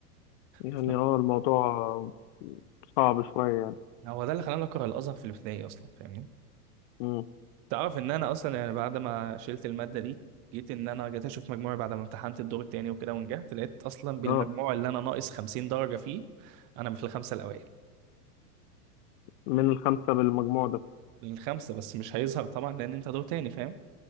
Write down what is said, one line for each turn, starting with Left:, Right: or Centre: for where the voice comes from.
Left: يعني
Right: ف-
Left: اه الموضوع صعب شويه يعني
Right: هو ده اللي خلاني اكره الازهر في الابتدائي اصلا فاهمني
Left: امم
Right: تعرف ان انا اصلا يعني بعد ما شلت الماده دي جيت ان انا جيت اشوف مجموعي بعد ما امتحنت الدور التاني وكده ونجحت لقيت اصلا بالمجموع
Left: اه
Right: اللي انا ناقص 50 درجه فيه انا في الخمسه الاوائل
Left: من الخمسه بالمجموع ده
Right: الخمسه بس مش هيظهر طبعا لان انت دور تاني فاهم